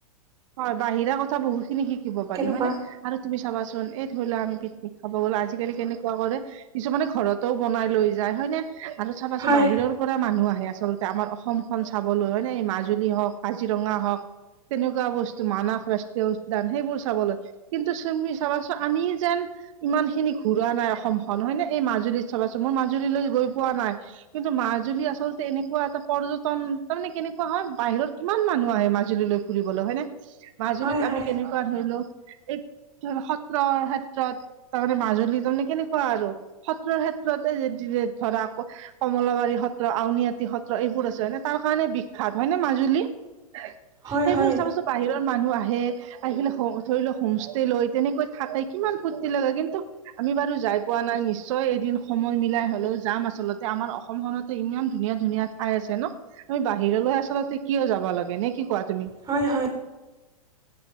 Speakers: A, on the right (about 55°); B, on the right (about 20°).
A: হয়, বাহিৰা কথা বহুত খিনি শিকিব পাৰি
B: কেনেকুৱা
A: হয়নে? আৰু তুমি চাবাচোন, এই ধৰিলা আমি পিকনিক খাব গ'লোঁ। আজিকালি কেনেকুৱা কৰে? কিছুমানে ঘৰতও বনাই লৈ যায় হয় নে? আৰু চাবাচো
B: হয়।
A: বাহিৰৰ পৰা মানুহ আহে আচলতে আমাৰ অসমখন চাবলৈ হয়নে? এই মাজুলী হওক, কাজিৰঙা হওক। তেনেকুৱা বস্তু, মানাস ৰাষ্ট্ৰীয় উদ্যান সেইবোৰ চাবলৈ কিন্তু চুমি চাবাচো, আমি যেন ইমানখিনি ঘূৰা নাই অসমখন, হয় নে? এই মাজুলীত চাবাছো, মই মাজুলীলৈ গৈ পোৱা নাই। কিন্তু মাজুলী আচলতে এনেকুৱা এটা পৰ্যটন, তাৰ মানে কেনেকুৱা হয়, বাহিৰত কিমান মানুহ আহে মাজুলীলৈ ফুৰিবলৈ হয়নে? মাজুলীক
B: হয়
A: আমি
B: হয়
A: কেনে <unintelligible> এই সত্ৰৰ ক্ষেত্ৰত তাৰমানে মাজুলী, তাৰমানে কেনেকুৱা আৰু সত্ৰৰ ক্ষেত্ৰতে <unintelligible> ধৰা আকৌ কমলাবাৰী সত্ৰ, আউনীআটী সত্ৰ এইবোৰ আছে। নে, তাৰ কাৰণে বিখ্যাত হয়নে মাজুলী?
B: হয়
A: সেইবোৰ
B: হয়
A: চাবচো, বাহিৰৰ মানুহ আহে। আহিলে হ, ধৰি লওঁ হোম ষ্টে' লৈ তেনেকৈ থাকে, কিমান ফূৰ্তি লগে। কিন্তু আমি বাৰু যাই পোৱা নাই নিশ্চ ছয়, এদিন সময় মিলাই হলেও যাম। আচলতে আমাৰ অসমখনতে ইমান ধুনীয়া-ধুনীয়া ঠাই আছে ন? আমি বাহিৰলৈ আচলতে কিয় যাব লাগে নে কি কোৱা তুমি।
B: হয় হয়।